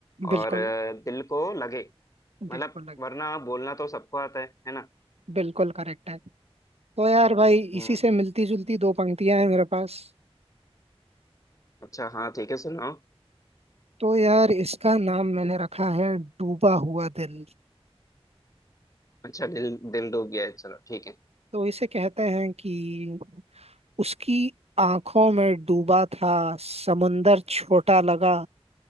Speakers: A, on the right; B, on the left.
A: बिल्कुल
B: और अ, दिल को लगे मतलब
A: बिल्कुल
B: वरना बोलना तो सबको आता है है ना
A: बिल्कुल करेक्ट है तो यार भाई
B: हम्म
A: इसी से मिलती जुलती दो पंक्तियां हैं मेरे पास
B: अच्छा हाँ ठीक है सुनाओ
A: तो यार इसका नाम मैंने रखा है डूबा हुआ दिल
B: अच्छा दिल दिल डूब गया है चलो ठीक है
A: तो इसे कहते हैं कि उसकी आंखों में डूबा था समंदर छोटा लगा